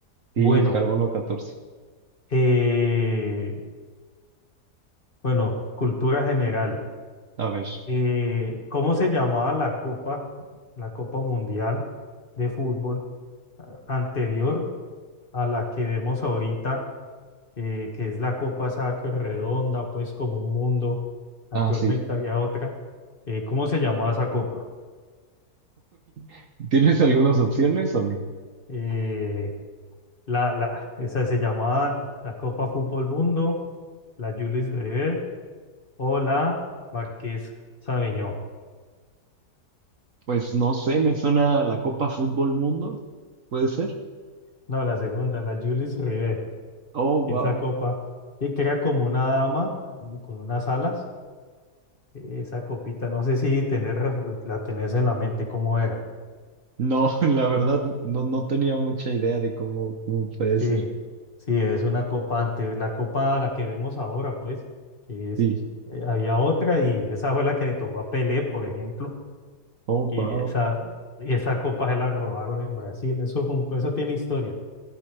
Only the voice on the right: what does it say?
Sí,
el carbono catorce
A ver.
Ah, sí.
<laughs> ¿Tienes algunas opciones o no?
Pues no sé, me suena la Copa Fútbol Mundo. ¿Puede ser?
Oh, wow.
No, <laughs> la verdad, no, no tenía mucha idea de cómo, cómo puede
ser.
Sí.
Oh,
wow.